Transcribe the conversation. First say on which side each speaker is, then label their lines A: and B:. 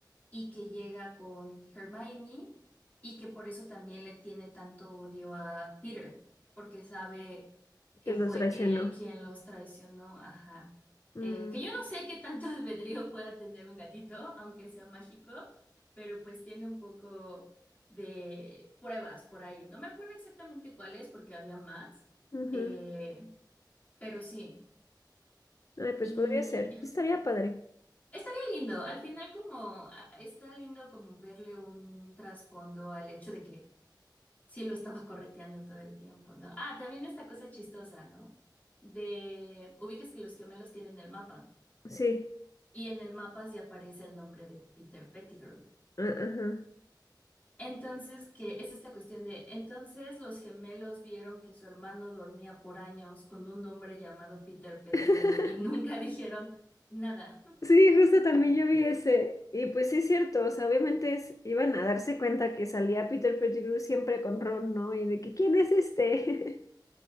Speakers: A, on the left (about 20°); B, on the left (about 45°).
A: y que llega con Hermione y que por eso también le tiene tanto odio a Peter, porque sabe que
B: que los
A: fue
B: traicionó.
A: él quien los traicionó. Ajá.
B: Mm,
A: Eh, que yo no sé qué tanto <laughs> albedrío pueda tener un gatito, aunque sea mágico, pero pues tiene un poco de pruebas por ahí. No me acuerdo exactamente cuáles, porque había más,
B: <laughs> ujú.
A: eh, pero sí.
B: Ay, pues
A: Y,
B: podría ser. Estaría padre.
A: Estaría lindo, al final como a- está lindo como verle un trasfondo al hecho de que sí lo estaba correteando todo el tiempo, ¿no? Ah, también esta cosa chistosa, ¿no? De ubicas que los gemelos tienen el mapa
B: Sí.
A: y en el mapa sí aparece el nombre de Peter Pettigrew.
B: Ah, Ajá.
A: Entonces, que es esta cuestión de, entonces los gemelos vieron que su hermano dormía por años con un hombre llamado Peter Pettigrew
B: <laughs>
A: y nunca <laughs> dijeron nada.
B: Sí, justo también yo vi ese. Y pues sí es cierto, o sea, obviamente es- iban a darse cuenta que salía Peter Pettigrew siempre con Ron, ¿no? Y de que, ¿quién es este?